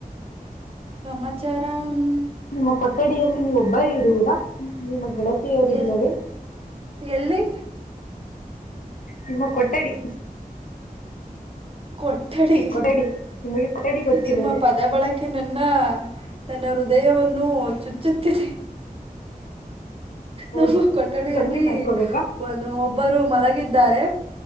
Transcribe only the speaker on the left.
ನಿಮ್ಮ ಕೊಠಡಿಯಲ್ಲಿ ನೀವು ಒಬ್ಬರೆ ಇರುವೀರಾ ನಿಮ್ಮ ಗೆಳತಿಯರು ಇಲ್ಲವೇ
ನಿಮ್ಮ ಕೊಠಡಿ
ಕೊಠಡಿ ನಿಮಗೆ ಕೊಠಡಿ ಗೊತ್ತಿಲ್ಲವೇ
ಹೌದಾ
ಕಮ್ಮಿ ಮಾಡ್ಕೋಬೇಕಾ